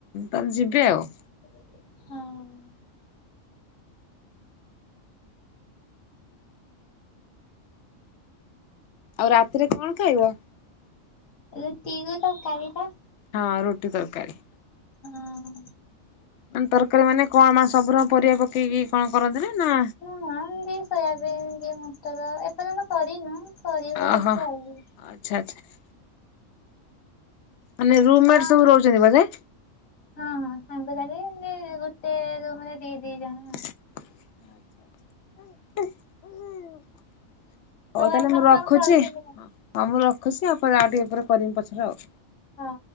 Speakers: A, on the left (about 65°); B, on the left (about 80°).
A: ତା ଯିବେ ଆଉ।
B: ହଁ।
A: ଆଉ ରାତିରେ କଣ ଖାଇବ।
B: ରୁଟି କୁ ତରକାରି ପା।
A: ହଁ ରୋଟି ତରକାରୀ।
B: ହଁ।
A: ଏନ୍ ତରକାରୀ ମାନେ କଣ ମା ସବୁୁରଙ୍କ ପରିବା ପକେଇକି କଣ କରନ୍ତିନା ନା
B: ମୋ ମା ଏମିତି ସୋୟାବିନ୍ କି ମଟର ଏପର୍ଯ୍ୟନ୍ତ କରିନୁ। କରିବୁ
A: ଓହୋ,
B: ଦେଖିଆ ଆଉ।
A: ଆଚ୍ଛା, ଆଚ୍ଛା। ମାନେ ରୁମ୍
B: ଆମ
A: ମେଟ୍ ସବୁ ରହୁଛନ୍ତି ବୋଧେ?
B: ହଁ, ହଁ ସାଙ୍ଗସାଥୀ ଏମିତି ଗୁଟେ ରୁମ୍ ରେ ଦି ଦି ଜଣ।
A: ହ
B: ଆଉ।
A: ହଉ ତାହେଲେ
B: ଆପଣ
A: ମୁଁ ରଖୁଛି,
B: କଣ କରୁଛନ୍ତି?
A: ହଁ ମୁଁ ରଖୁଛି ଆଉ ପରେ ଆଉ ଟିକେ ପରେ କରିମି ପଛରେ ଆଉ।
B: ହଁ।